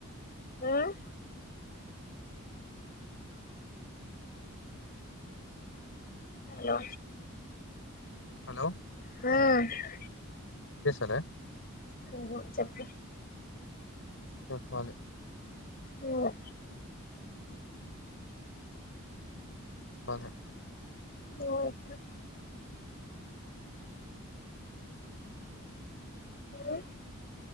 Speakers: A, on the left (about 40°); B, on the left (about 60°).
A: హ్మ్ హలో
B: హలో
A: మ్
B: పిసెలె
A: నువ్వు చెప్పు
B: చెప్పాలి
A: నువ్వు
B: పదే
A: నువ్వే మ్